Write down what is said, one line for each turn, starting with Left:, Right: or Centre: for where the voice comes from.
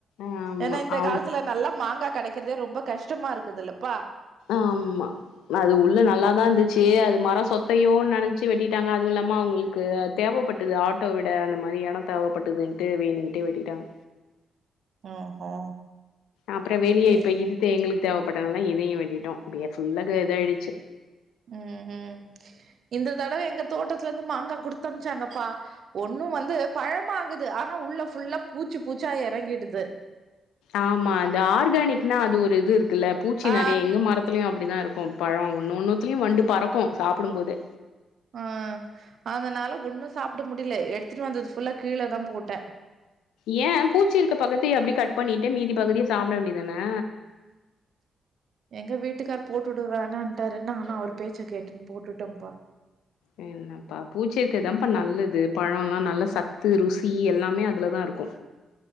Left: ஆமா.
Right: ஏன்னா இந்த
Left: அவ்
Right: காலத்துல நல்லா மாங்காய் கெட க்கிறதே ரொம்ப கஷ்டமா இருக்குதுல்லப்பா
Left: ஆமா அது உள்ள நல்லாதா இருந்துச்சு அது மர சொத்தையோன்னு நெனைச்சு வெட்டிட்டாங்க அதுவு இல்லமா அவங்களுக்கு தேவைப்பட்டது ஆட்டோ விட அந்த மாரி எட தேவைப்பட்டுதுன்ட்டு வேணுக்கிட்டே வெட்டிட்டாங்க
Right: ஓஹோ
Left: அப்புற வெளிய
Right: எ
Left: இப்ப இது எங்களுக்கு தேவைப்பட்டனாலா இதையு வெட்டிட்டோ இப்ப ஃபுல்லா இத ஆயிடுச்சு
Right: ம் ம் இந்த தடவ எங்க தோட்டத்துல இருந்து மாங்கா குடுத்தனுச்சாங்கப்பா ஒண்ணு வந்து பழமாகுது ஆனா உள்ள ஃபுல்லா பூச்சு பூச்சா எறங்கிடுது
Left: ஆமா அது ஆர்கானிக்னா அது ஒரு இது இருக்குல்ல பூச்சி
Right: ஆ
Left: நெறைய எங்க மரத்துலயு அப்டிதா இருக்கு பழ ஒன்ன ஒன்னுத்துலயு வண்டு பறக்கு சாப்பிடும் போதே
Right: ஆ அதனால ஒன்னு சாப்ட முடில எடுத்துட்டு வந்தது ஃபுல்லா கீழதா போட்டே
Left: ஏ பூச்சி இருக்க பக்கத்த அப்டி கட் பண்ணிட்டு மீதி பகுதிய சாப்ட வேண்டியதானே
Right: எங்க வீட்டுக்கார் போட்டுடு வோனாட்டாரு நானா அவரு பேச்ச கேட்டுன் போட்டுட்டேன்ப்பா
Left: என்ன பா பூச்சி இருக்கிறதுதான்ப்பா நல்லது பழ எல்லா நல்ல சத்து ருசி எல்லாமே அதுலதா இருக்கு